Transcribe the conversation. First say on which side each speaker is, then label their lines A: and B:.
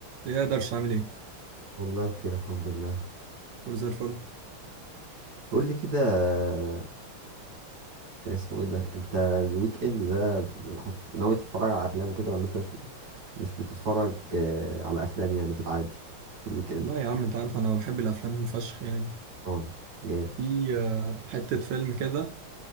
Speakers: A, on the right (about 70°); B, on the right (about 50°).
A: ايه اقدرش اعمل ايه
B: والله بخير الحمد لله
A: كله زي الفل
B: قول لي كده آه، اسمه ايه ده انت الويك اند ده بت- هتت- ناوي تتفرج على افلام وكده ولا انت مش مش بتتفرج آه، على افلام يعني في العادي في الويك اند
A: لا يا عم انت عارف انا بحب الافلام فشخ يعني
B: اه جامد
A: في آه، حتة فيلم كده